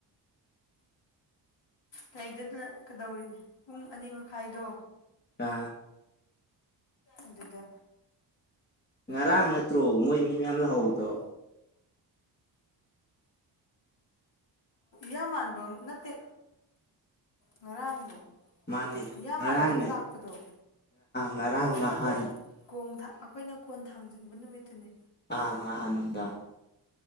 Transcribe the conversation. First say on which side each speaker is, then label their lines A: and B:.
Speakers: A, on the left; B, on the left.
A: ꯀꯩꯗꯀꯗꯧꯔꯤꯅꯦ <unintelligible> ꯄꯨꯡ ꯑꯅꯤ ꯃꯈꯥꯏꯗꯣ
B: ꯑꯥ
A: ꯑꯗꯨꯗ
B: ꯉꯔꯥꯡ ꯅꯠꯇ꯭ꯔꯣ ꯃꯣꯏ ꯃꯤ ꯃꯌꯥꯝ ꯂꯥꯛꯍꯧꯕꯗꯣ
A: ꯑꯣ <unintelligible> ꯃꯥꯟꯕ ꯅꯠꯇꯦ ꯉꯔꯥꯡꯂꯣ
B: ꯃꯥꯅꯦ
A: <unintelligible>
B: ꯉꯔꯥꯡꯅꯦ
A: ꯃꯥꯟꯕꯒ ꯂꯥꯛꯄꯗꯣ
B: ꯉꯔꯥꯡ
A: ꯈꯣ
B: ꯅꯍꯥꯟ
A: ꯅꯠꯇꯦꯌꯦ ꯀꯣꯟ ꯊꯥꯡ ꯑꯩꯈꯣꯏꯅ ꯀꯣꯟ ꯊꯥꯡꯖꯤꯡꯕ ꯅꯨꯃꯤꯠꯇꯨꯅꯤ
B: ꯑꯥ ꯅꯍꯥꯟ ꯅꯨꯃꯤꯗꯥꯡ